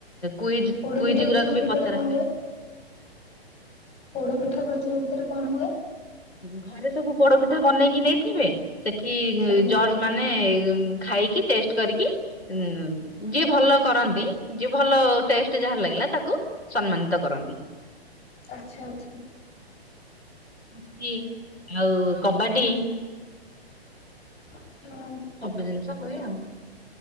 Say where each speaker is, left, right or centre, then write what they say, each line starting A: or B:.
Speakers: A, on the left; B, on the left.
A: କୁଇଜ
B: ପୋଡପିଠା
A: କୁଇଜ
B: ପ୍ରତିଯୋଗିତାରେ
A: ଗୁରାକୁ ବି ପଚାରନ୍ତି।
B: କଣ ପୋଡ଼ପିଠା ପ୍ରତିଯୋଗିତାରେ କଣ ହୁଏ?
A: ଘରେ ସବୁ ପୋଡ଼ପିଠା ବନେଇକି ନେଇଥିବେ ସେଠି ଇ ଇ
B: ଆଜ୍ଞା
A: ଜର୍ଜ ମାନେ ଖାଇକି ଟେଷ୍ଟ କରିକି ଉଁ ଯିଏ ଭଲ କରନ୍ତି ଯିଏ ଭଲ ଟେଷ୍ଟ ଯାହାର ଲାଗିଲା ତାକୁ ସମ୍ମାନିତ କରନ୍ତି।
B: ଆଚ୍ଛା ଆଛା।
A: ପୁଚି ଆଉ କବାଡି।
B: <unintelligible>
A: ସବୁ ଜିନିଷ ହୁଏ ଆଉ।